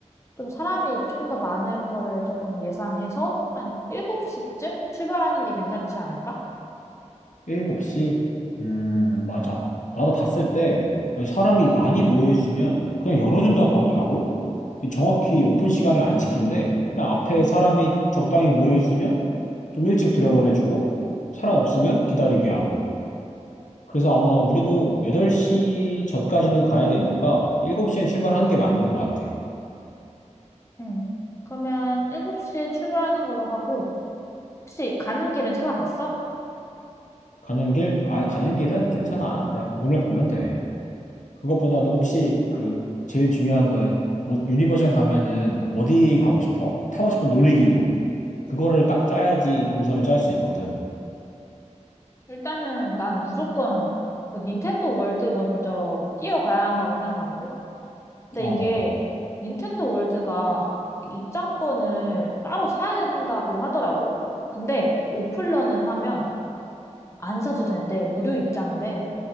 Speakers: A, on the left; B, on the left.
A: 좀 사람이 좀 더 많을 거를 조금 예상해서 한 7시쯤 출발하는 게 괜찮지 않을까?
B: 7시? 음, 맞아. 나도 봤을 때 사람이 많이 모여 있으면 그냥 열어준다고 하더라고. 이 정확히
A: 음,
B: 오픈 시간을 안 지킨대. 그냥 앞에 사람이 적당히 모여 있으면 좀 일찍 들여보내주고 사람 없으면 기다리게 하고. 그래서 아마 우리도 8시 전까지는 가야 되니까 7시엔 출발하는 게 맞는 것 같아.
A: 음. 그러면 7시에 출발하는 걸로 하고 혹시 가는 길은 찾아봤어?
B: 가는 길? 아, 가는 길은 괜찮아. 그냥 거금을 보면 돼. 그것보다도 혹시 그 제일 중요한 거 오- 유니버셜 가면은 어디 가고 싶어? 타고 싶은 놀이기구. 그거를 딱 짜야지 동선을 짤 수 있거든.
A: 일단은 난 무조건 그 닌텐도 월드 먼저 뛰어가야 한다고 생각하거든? 근데
B: 어,
A: 이게 닌텐도 월드가 입장권을 따로 사야 된다고 하더라고. 근데 이게 오픈런을 하면 안 사도 된대. 무료 입장이래.